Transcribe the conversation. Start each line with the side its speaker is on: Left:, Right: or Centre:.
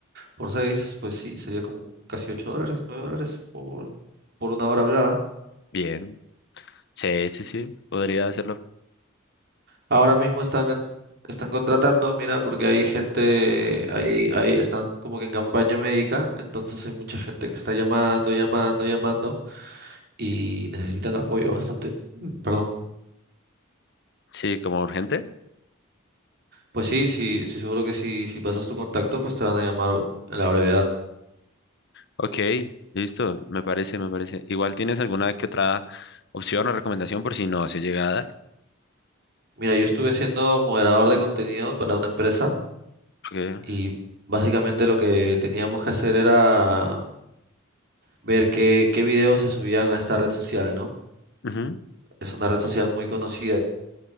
Right: por seis pues sí, sería como casi 8 dólares, 9 dólares por, por una hora hablada.
Left: bien. Sí, sí, sí, podría hacerlo.
Right: Ahora mismo están en- Están contratando, mira, porque hay gente, hay, hay, están como que en campaña médica, entonces hay mucha gente que está llamando, llamando, llamando y necesitan apoyo bastante, <clears throat> perdón,
Left: Sí, como urgente.
Right: Pues sí, sí, estoy seguro que si, si pasas tu contacto, pues te van a llamar en la brevedad.
Left: Ok, listo, me parece, me parece. Igual tienes alguna que otra opción o recomendación por si no se llega a dar.
Right: Mira, yo estuve siendo moderador de contenido para una empresa
Left: Porque,
Right: y básicamente lo que teníamos que hacer era ver qué, qué videos se subían a esta red social, ¿no?
Left: ujú.
Right: Es una red social muy conocida